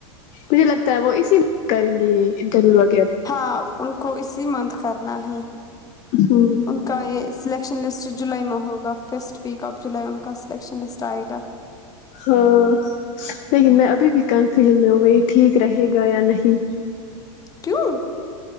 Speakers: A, on the left; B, on the left.
A: مجھے لگتا ہے وہ اسی کریں گے یہ انٹرویو وغیرہ
B: ہاں ان کو اسی منند کرنا ہے
A: ہ
B: ان کا یہ سلیک یکشن لسٹ جولائی میں ہوگا فسٹ ویک آف جولائی ان کا سلیکشن لسٹ آئے گا
A: ہاں لیکن میں ابھی بھی کنفیوژن میں ہوں میں یہ ٹھیک رہے گا یا نہیں
B: کیوں